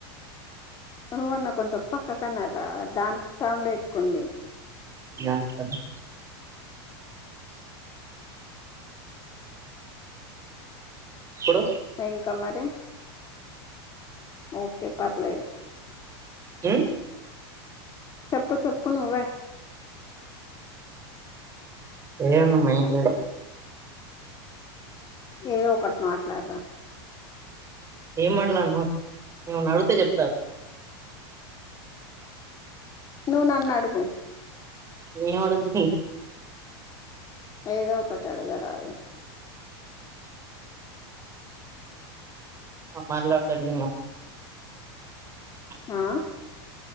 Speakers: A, on the left; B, on the right.
A: నువ్వన్నా కొంచెం పక్క కన్న రా దాన్ సౌండే ఎక్కువ ఉంది
B: దానికని ఇప్పుడు
A: ఇంకా మరి ఓకే పర్లేదు
B: ఉ
A: చప్ప్పూ చప్ప్పూ నువ్వే
B: ఏముంది మీన్ లే
A: ఏదో ఒకటి మాట్లాడురా
B: ఏం మాట్లాను ఏమన్నా అడుగుతే చెప్తా
A: నువ్వు నన్ను అడుగు
B: ఏం అడుగు
A: ఏదో ఒకటి అడుగ రాదు
B: మలడు తడి <unintelligible>
A: ఆ